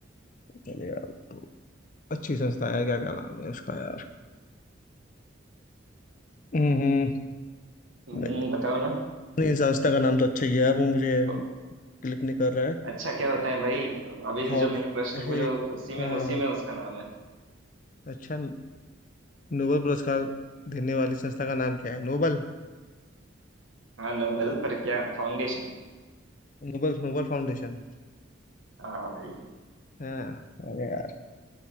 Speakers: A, on the left; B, on the right.
A: चलो यार तो अच्छी संस्था है यार क्या क्या नाम है उसका यार हम्म
B: हम्म
A: नहीं
B: बताओ ना
A: नहीं, संस्था का नाम तो अच्छा ही है यार वो मुझे
B: ब-
A: क्लिक नहीं कर रहा है
B: अच्छा क्या होता है भाई अभी
A: हॉब
B: जो मैंने प्रश्न पूछा
A: हे
B: उसी में
A: हाँ
B: उसी में उसका नाम है
A: अच्छा नोबेल पुरस्कार देने वाली संस्था का नाम क्या है नोबल
B: हाँ नोबल पर क्या फाउंडेशन
A: Nobel Nobel Foundation
B: हाँ भाई
A: हाँ अरे यार